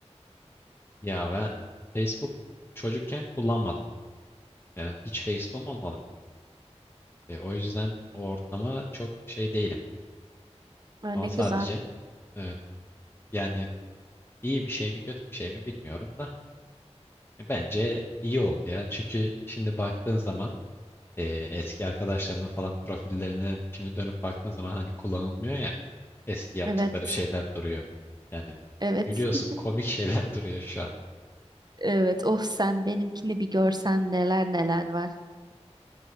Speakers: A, on the left (about 20°); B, on the right (about 35°).
A: ya ve Facebook çocukken kullanmadım. Yani hiç Facebook'um olmadı benim. E, o yüzden o ortama çok şey değilim.
B: Aa,
A: Ama
B: ne
A: sadece
B: güzel.
A: evet yani İyi bir şey mi kötü bir şey mi bilmiyorum da e, bence iyi oldu ya. Çünkü şimdi baktığın zaman e, eski arkadaşlarının falan profillerine şimdi dönüp baktığın zaman hani kullanılmıyor ya eski yaptıkları
B: Evet.
A: şeyler duruyor. Yani
B: Evet.
A: biliyorsun
B: <laughs>
A: komik şeyler <laughs> duruyor şu an.
B: Evet. Of sen benimkini bir görsen neler neler var.